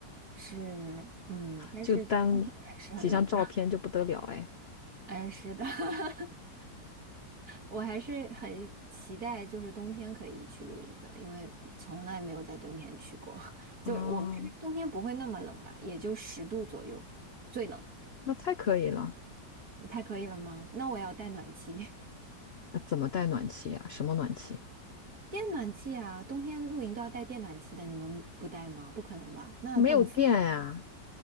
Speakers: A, on the right; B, on the left.
A: 是，嗯，但是冬天还是很冷的。
B: 就单几张照片就不得了哎。
A: <laughs> 哎，是的，<laughs> 我还是很期待，就是冬天可以去露营的，因为从来没有在冬天去过。<laughs> 就我们这边冬天不会那么冷啦，
B: 哦，
A: 也就十度左右，最冷。
B: 那太可以了。
A: 你太可以了吗？那我也要带暖气，<laughs>
B: 那怎么带暖气呀？什么暖气？
A: 电暖气啊！冬天露营都要带电暖气的，你们不带吗？不可能吧？那冻死！
B: 没有电呀、